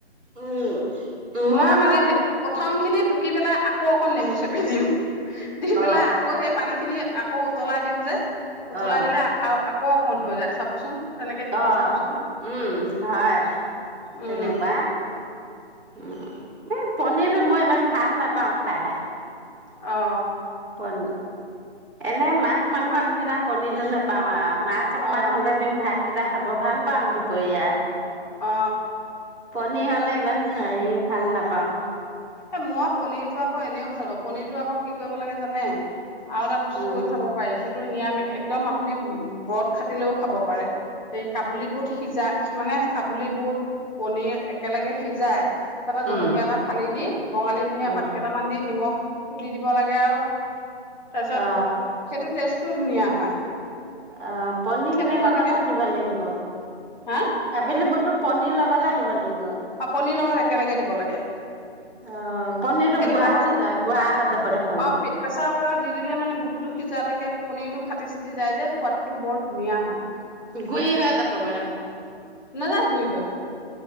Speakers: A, in the centre; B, on the left.
A: উম
B: মই
A: আকৌ
B: মানে প্ৰথম খিনিত পুি পেলাই আৌ অকণ নমু চে <unintelligible> দি
A: অ
B: পেলাই আকৌ সেই পানী খিনি আকৌ উতলাই দিওঁ যে উতলাই
A: অ
B: দিলে আ অকণ হৈ যায় চাবচোন তেনেকে দি
A: অ
B: দি চাবচোন
A: উম হয়
B: উম
A: তেনেকুৱা উম মই পনীৰটো মই ইমান ভাল নাপাওঁ খাই
B: অ
A: পন এনে মাছ মাংস নিচিনা পনিৰটো নাপাওঁ আৰু মাছ অকমান
B: অ
A: হলে তেওঁ ভাত কেইটা খাব ভাল পাওঁ দুপৰীয়া
B: অ
A: পনী হলে ইমান হেৰি ভাল নাপাওঁ
B: এ মই পনীৰ টো আ আকৌ এনেও ভাল পা পনিৰতো আকৌ কি কৰিব লাগে জানে আৰু এটা বস্তু
A: উম
B: কৰি খাব পাৰি সেই টো নিৰামিষ একদম আপুনি ব্ৰত খাটিলেও খাব পাৰে এই কাবুলি বুট সিজাই মানে কাবুলি বুট পনিৰ একেলগে সিজাই তাতে জলকীয়া
A: উম
B: এটা ফালি দি বঙালী ধনিয়া
A: উম
B: পাত কেইটামান দি নিমখ তুলি দিব লাগে আৰু তাৰপিছত
A: অ
B: সেইটো টেষ্টত টো ধুনীয়া হয়
A: অ পনীৰ
B: সেইটো
A: খিনিৰ লগতে
B: এনেকে
A: দিবা লাগিব।
B: হা
A: কাবুলীবুটো পনীৰ লগতে দিব লাগিব।
B: অ পনিৰ লগত একেলগে দিব লাগে।
A: অ', পনিৰটো
B: সেইটো
A: বুঢ়া
B: খাবচোন।
A: হৈ যায় গুৱা হৈ যাব দেখোন
B: <unintelligible> প্ৰেচাৰ কুকাৰত দি দিলে মানে বুটটো সিজালৈকে পনীৰটো ফাটি চিটি যায় যে সোৱাদ টো বৰ ধুনীয়া হয়।
A: গুড়ি হৈ যাবগে দেখোন।
B: নাজায় গুড়ি হৈ।